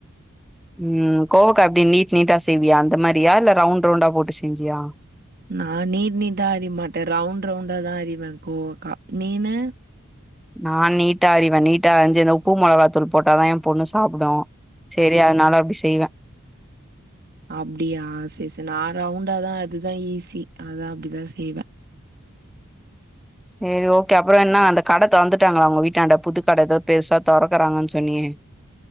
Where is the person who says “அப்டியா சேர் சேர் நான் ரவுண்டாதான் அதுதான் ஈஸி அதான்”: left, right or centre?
Right